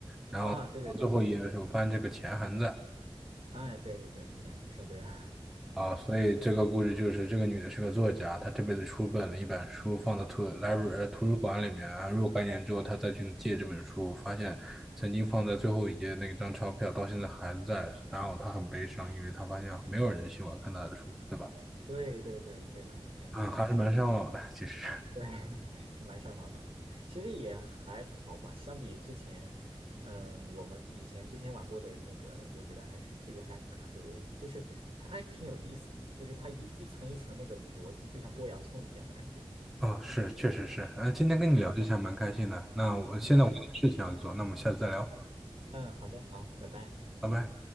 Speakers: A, in the centre; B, on the right (about 65°).
A: 然后到最后一页的时候发现这个钱还在。
B: 啊？对对对对对对哎，对对对，是的，你说对了，
A: 啊，所以这个故事就是这个女的是个作家，她这辈子出本了一本书，放在图 l i 呃图书馆里面啊。然后若干年之后，她再去借这本书，发现曾经放在最后一页那张钞票到现在还在，然后她很悲伤，因为她发现没有人喜欢看她的书，对吧？
B: <laughs> 对对对对了对了，
A: 啊，
B: 嗯，
A: 还是蛮伤脑的，
B: 是，
A: 其实。
B: 对，<laughs> 是蛮上脑的，嗯，其实也还好吧，相比之前，嗯，我们以前之前玩过的那个，我觉得还是这个还可以，就是它还挺有意思的，就是它一一层一层那个逻辑，就像剥洋葱一样的感觉，
A: 哦，是，确实是。啊，今天跟你聊这些还蛮开心的。那我现在我有点事情要做，
B: 嗯，是，
A: 那我们下次再聊，
B: 嗯，好的，好，拜拜。
A: 拜拜。